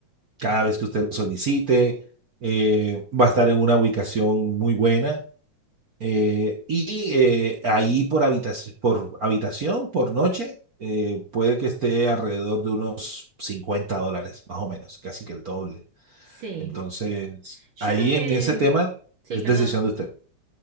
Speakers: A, on the right (about 45°); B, on the right (about 65°).
A: cada vez que usted lo solicite. eh, va a estar en una ubicación muy buena. Eh, y eh, ahí por habitación, por habitación, por noche, eh, puede que esté alrededor de unos 50 dólares, más o menos, casi que el doble.
B: Sí,
A: Entonces,
B: yo
A: ahí
B: lo que...
A: en ese tema
B: Sí,
A: es
B: perdón,
A: decisión de usted.